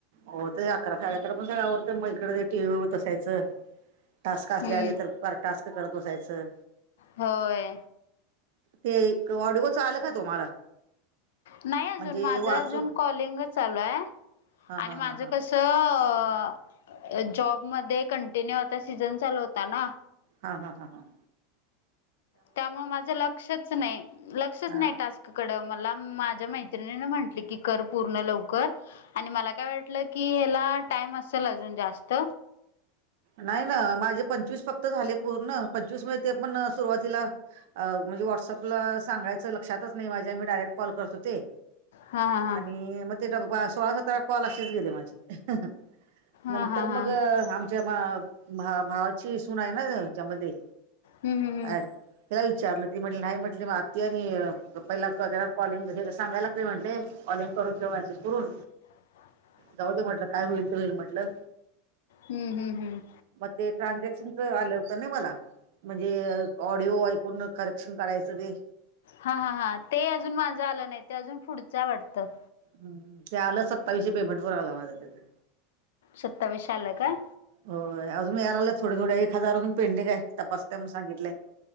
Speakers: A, on the right; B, on the left.
A: होतेय अकरा साडे अकरा पण सगळ आवरते. मग इकडे ते टी व्ही बगत अस त्याचं. टास्क असल्या
B: हम्म हम्म
A: आले तर, परा टास्क करत बसायचं.
B: होय
A: ते ऑडिओच आल का तुम्हाला,
B: नाही अजून
A: म्हणजे
B: माझ
A: वाचून
B: अजून कॉलिंग चालूय,
A: हा हा
B: आणि माझ
A: हा हा
B: कसं. तो जॉबमध्ये कंटिन्यू आता सीझन चालू होता ना,
A: हा-हा, हा-हा
B: त्यामुळे माझं लक्षच नाही. लक्षच
A: हा
B: नाही टास्क कडं मला माझ्या मैत्रिणी ना म्हटले की, कर पूर्ण लवकर. आणि मला काय वाटलं की, ह्याला टाइम असेल अजून जास्त.
A: नाही ना, माझे पंचवीस फक्त झाले. पूर्ण पंचवीस मध्ये ते पण सुरुवातीला. म्हणजे व्हॉट्सअपला सांगायचं लक्षातच नाही, माझ्या मी डायरेक्ट कॉल करतो ते.
B: हा हा हा
A: आणि मग ते सोळा सतरा कॉल असेच गेले, माझे नंतर
B: हा हा हा
A: मग आम भा भावाची सून आहे ना, हे ज्यामध्ये
B: हम्म हम्म
A: ऍड त्याला विचारलं ती म्हटली नाही म्हटली आत्ती आणि, पहिला त्यांना कॉलिंग क सांगायला लाग ते म्हटले कॉलिंग करून किंवा मॅसेज करून,
B: <inaudible>
A: जाऊ दे म्हटलं, काय होईल ते होईल म्हटलं,
B: हम्म हम्म हम्
A: मग ते ट्रांजेक्शनचं आलं होतं नी मला. म्हणजे ऑडिओ ऐकून करेक्शन करायचं ते,
B: हा हा हा ते अजून माझं आलं नाही ते अजून पुढच वाटतं.
A: हम्म ते आलं सत्तावीसशे पेमेंट पण आल माझं त्यांच.
B: सत्तावीशे आल काय?
A: होय अजून मी थोडे थोडे एक हजार हुन पेंडिंग आहे तपासता म्हणून सांगितले.